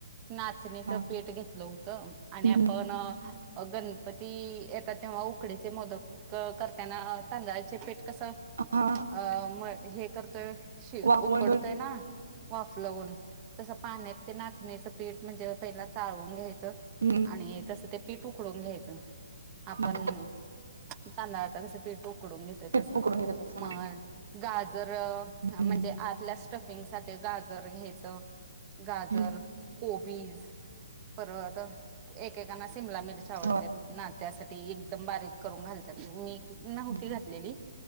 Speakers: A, on the right (about 30°); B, on the right (about 80°).
A: नाचणीचं
B: हा
A: पीठ घेतलं होतं. आणि
B: हम्म
A: आपण गण पती येतात तेव्हा उकडीचे मोदक करताना. तांदळाचे पीठ कस अ
B: हा
A: म हे करतोय शि
B: वाफवून
A: उकडतोय
B: घेऊन
A: ना. वाफ लावून तसं पाण्यात ते नाचण्याचं पीठ म्हणजे पहिला चाळवून घ्यायचं.
B: हम्म
A: आणि तस ते पीठ उकडून घ्यायचं. आपण
B: हा
A: तांदळाचा कस पीठ उकडून घेत य
B: पीठ
A: तसं.
B: उकडून घेते तसं
A: म
B: हा
A: गाजर
B: हम्म
A: म्हणजे आतल्या स्टफिंग साठी ते गाजर घ्यायचं. गाजर,
B: हम्म
A: कोबीज परत एकेकाना शिमला मिरच आवडतेत
B: होय
A: ना त्यासाठी एकदम बारीक करून घालतात. मी नव्हती
B: हम्म
A: घातलेली.